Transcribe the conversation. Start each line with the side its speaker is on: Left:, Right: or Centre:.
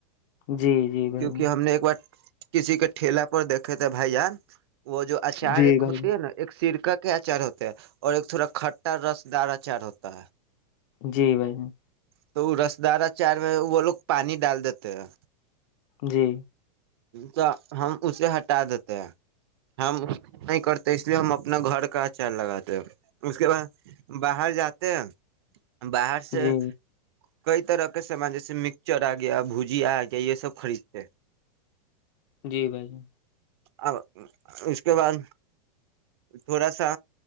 Left: جی جی بھائی
Right: کیونکہ
Left: جان
Right: ہم نے ایک بار کسی کے ٹھیلا پر دیکھا کہتےے بھیا وہ جو اچار
Left: جی
Right: ایک
Left: بھائی
Right: ہوتے
Left: جان
Right: ہے نا ایک سرک کے اچار ہوتے ہیں اور ایک تھوڑا کھٹا رسدار اچار ہوتا ہے
Left: جی بھائی ج
Right: تو وہ رسدارا چار میں وہ لوگ پانی ڈال دیتے ہیں
Left: جی
Right: تو ہم اسے ہٹا دیتے ہیں ہم نہیں کرتے اس لیے ہم اپنا گھر کا اچار لگاتے اس کے بعد باہر جاتے ہیں باہر سے
Left: جی
Right: کئی طرح کے سامان جیسے مکسچر آ گیا بھجیا آ گیا یہ سب خریدتے ہیں
Left: جی بھ جی
Right: ا اس کے بعد تھوڑا سا